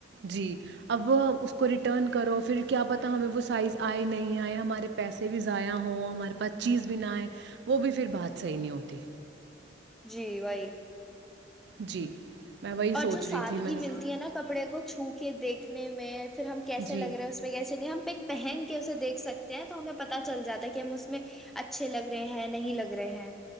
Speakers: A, on the right (about 65°); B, in the centre.
A: جی اب اس کو ریٹرن کرو پھر کیا پتاہ ہمیں وہ سائز آئے نہیں آئے ہمارے پیسے بھی ضائع ہوں ہمارے پاس چیز بھی نہ آئے وہ بھی پھر بات صحیح نہیں ہوتی
B: جی وہی
A: جی میں وہی سوچ
B: اور جو سادگی
A: رہی تھی میں نے
B: ملتی ہے نا کپڑے کو چھوپ کے دیکھنے میں پھر ہم کیسے
A: جی
B: لگ رہے اس میں کیسے نہیں ہم پ ایک پہن کے اسے دیکھ سکتے ہیں تو ہمیں پت چل جاتا ہے کہ ہم اس میں اچھے لگ رہے ہیں نہیں لگ رہے ہیں